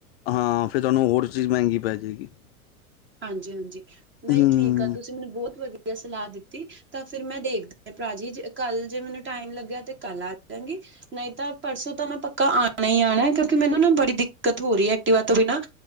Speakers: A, on the left; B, on the right.
A: ਹਾਂ, ਫਿਰ ਤੁਹਾਨੂੰ ਹੋਰ ਚੀਜ਼ ਮਹਿੰਗੀ ਪੈ ਜਾਏਗੀ
B: ਹਾਂਜੀ- ਹਾਂਜੀ ਨਹੀਂ
A: ਹਮ
B: ਠੀਕ ਆ ਤੁਸੀਂ ਮੈਨੂੰ ਬਹੁਤ ਵਧੀਆ ਸਲਾਹ ਦਿੱਤੀ ਤਾਂ ਫਿਰ ਮੈਂ ਦੇਖਦੀ ਭਰਾ ਜੀ ਜੇ ਕੱਲ ਜੇ ਮੈਨੂੰ ਟਾਈਮ ਲੱਗਿਆ ਤੇ ਕੱਲ੍ਹ ਆ ਜਾਵਾਂਗੀ ਨਹੀਂ ਤਾਂ ਪਰਸੋਂ ਤਾਂ ਮੈਂ ਪੱਕਾ ਆਉਣਾ ਹੀ ਆਉਣਾ ਕਿਉਂਕਿ ਮੈਨੂੰ ਨਾ ਬੜੀ ਦਿੱਕਤ ਹੋ ਰਹੀ ਹੈ ਐਕਟਿਵਾ ਤੋਂ ਬਿਨਾਂ